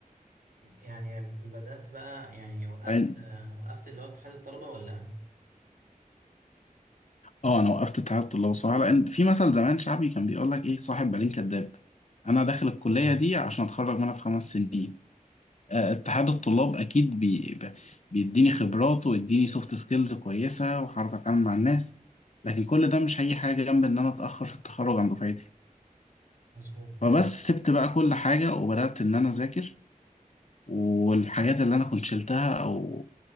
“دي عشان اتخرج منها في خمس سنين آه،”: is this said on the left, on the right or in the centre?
Left